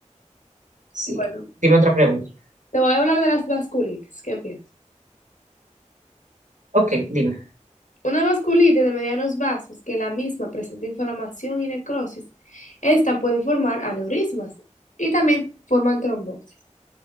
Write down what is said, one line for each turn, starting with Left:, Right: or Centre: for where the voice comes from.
Right: sí,
Left: Bueno.
Right: dime otra pregunta.
Left: Te voy a hablar de las vasculitis. ¿Qué piensas?
Right: Ok, dime.
Left: Una vasculitis de medianos vasos que la misma presenta inflamación y necrosis. Esta puede formar aneurismas y también forman trombosis.